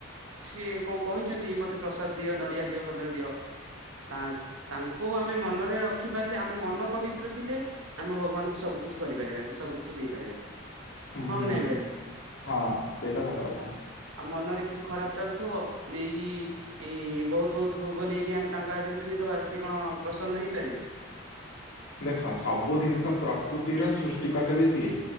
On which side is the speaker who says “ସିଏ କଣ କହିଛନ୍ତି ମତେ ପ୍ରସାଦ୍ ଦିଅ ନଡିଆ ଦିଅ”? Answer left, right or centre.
Right